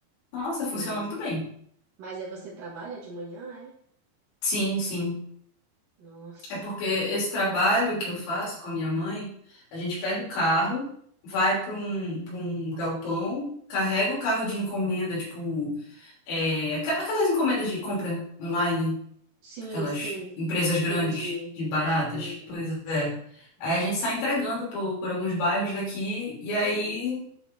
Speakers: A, on the left (about 85°); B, on the right (about 55°).
A: nossa,
B: Sim.
A: funciona muito bem.
B: Mas aí você trabalha de manhã, é?
A: Sim, sim.
B: Nossa.
A: É porque esse trabalho que eu faço com a minha mãe, a gente pega o carro, vai para um, para um galpão, carrega o carro de encomenda, tipo, é, aqua- aquelas encomendas de compra online,
B: Sim,
A: aquelas
B: sim.
A: empresas grandes,
B: Entendi,
A: de baratas.
B: entendi.
A: Pois é. Aí a gente sai entregando por, por alguns bairros daqui, e aí